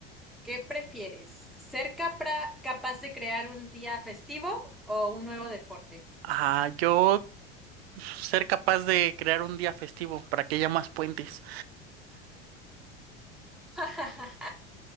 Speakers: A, in the centre; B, on the right.
A: ¿qué prefieres? ¿Ser capra- capaz de crear un día festivo o un nuevo deporte?
B: Ah, yo ser capaz de crear un día festivo para que haya más puentes.
A: <laughs>